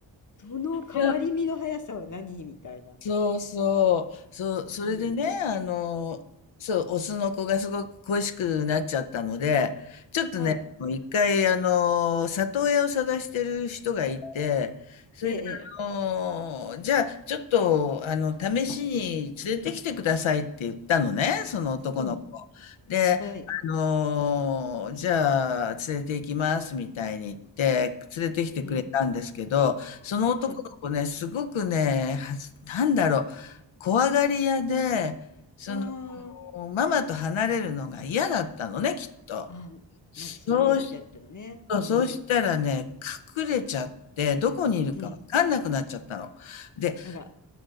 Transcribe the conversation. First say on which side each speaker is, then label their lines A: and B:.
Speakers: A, on the left (about 40°); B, on the left (about 80°).
A: その変わり身の速さは何みたいな。
B: いや、そうそう、そう、
A: うん。
B: それでね、あの、そう、オスの子がすごく恋しくなっちゃったので、ちょっとね、
A: はい。
B: もう一回、あの、里親を探してる人がいて、それで、
A: ええ、ええ
B: あの、じゃあ、ちょっと、あの、試しに連れてきてくださいって言ったのね、その男の子。
A: うん。
B: で、
A: はい。
B: あの、じゃあ、連れて行きますみたいに言って、連れてきてくれたんですけど、
A: うん。
B: その男の子ね、
A: はい。
B: すごくね、はずなんだろう、怖がり屋で、その、
A: うーん。
B: ママと離れるのが嫌だったのね、きっと。
A: あ、
B: そうし
A: まずそういう時期だったのね。
B: そうそうしたらね、
A: うん。
B: 隠れちゃって、どこにいるかわかんなくなっちゃったの。
A: うん。
B: で、
A: あら。